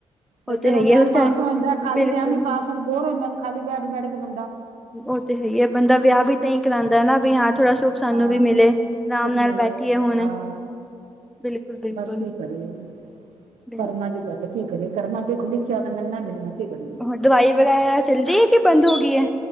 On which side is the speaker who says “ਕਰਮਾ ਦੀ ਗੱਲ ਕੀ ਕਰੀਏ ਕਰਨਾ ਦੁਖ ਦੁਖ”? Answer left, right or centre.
Right